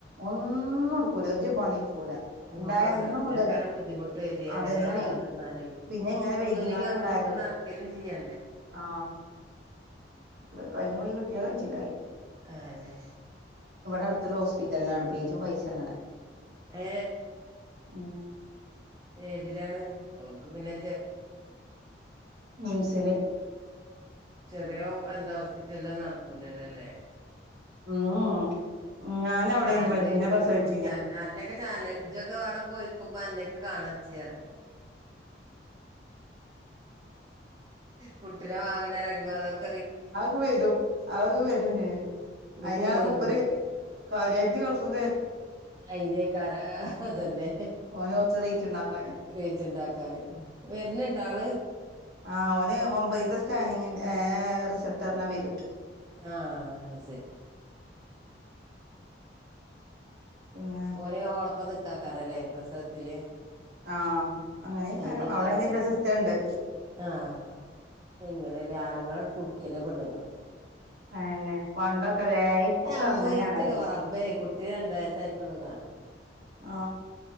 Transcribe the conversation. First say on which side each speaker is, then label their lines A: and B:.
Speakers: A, on the right (about 55°); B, on the right (about 20°).
A: ഒന്നു ഒന്നുംടുക്കൂലാ ഒരു പണീം ക്കൂലാ
B: ഇനിയിപ്പോ
A: ഇണ്ടായ
B: പ്രസവത്തിലേക്കാരം
A: അന്ന് മൊതല്
B: ബുദ്ധിമുട്ട് വരെ അങ്ങനെ
A: അതങ്ങനെണ്
B: ഇളകാതിരുന്നാലേ
A: പിന്നെ ഇങ്ങനെ വൈകിക്കാണ്ട്
B: ഒന്നുമില്ലെങ്കിൽ അങ്ങോട്ടോട്ട്
A: ഇണ്ടായതും
B: നടക്കലും ചെയ്യണ്ടേ
A: ആ കഴിഞ്ഞൊടി കിട്ടിയ <unintelligible>
B: ആന്നെ
A: അടുത്തുള്ള ഹോസ്പിറ്റലിലാണ് പേജും പൈസ നട
B: ഏ
A: ഓ
B: ഏതിലാണ് ഓൾക്ക് പിന്നെ
A: നിംസില്
B: ചെറിയ എന്താ ഹോസ്പിറ്റലില് നടക്കൂലാല്ലേ
A: ഉം ഞാനവിടെനി
B: ചാനല്
A: വലുതിനെ
B: യൂട്യൂബ്
A: പ്രസവിച്ചീനെ
B: ചാനല് ചാനലൊക്കെ അവിടെ പോയിക്കുമ്പോ അന്നെ <unintelligible> കാണച്ചേറെ കുട്ടിനെ വാങ്ങണ രംഗം അതൊക്ക
A: അതൊക്കെ വരൂ അത് വരും
B: ഇത്
A: അയ്യാറ്
B: കൂടുകൊണ്ടും
A: മുപ്പര് കാര്യായിട്ട് കൊഴപ്പം
B: അയിനേക്കാരാ തന്നെ
A: ഓന് കുറച്ച് റീച്ച് ഉണ്ടാക്കാന്
B: റീച്ച് ഇണ്ടാക്ക വരുന്നിണ്ടാള്
A: ആ ഓന് ഒമ്പതീത്തെ സ്കാനിങ്ങിന്റെ റിസൾട്ട് അറിഞ്ഞാ വരും
B: ആ ശരി
A: പിന്നെ
B: ഓന് ഓളപ്പം നിക്കാക്കാറല്ലേ പ്രസവത്തില്
A: ആ അങ്ങനെയാ
B: അയിനേക്കാരം
A: കാരം അവിടെങ്ങനെത്തെ
B: വര്ണെ
A: സിസ്റ്റം ഇണ്ട്
B: ആഹ് എങ്ങനെല്ലേ ആണുങ്ങളെ കുടിക്കുന്ന പെണ്ണുങ്ങള്
A: <unintelligible> പണ്ടൊക്കെ ഇപ്പൊക്കെ
B: അമ്മ
A: അങ്ങനെയാണതോ
B: ഇച്ചൊക്കെ റബ്ബേ കുട്ടി രണ്ട് വയസ്സായിട്ടുള്ളൂ കാണാ
A: ആ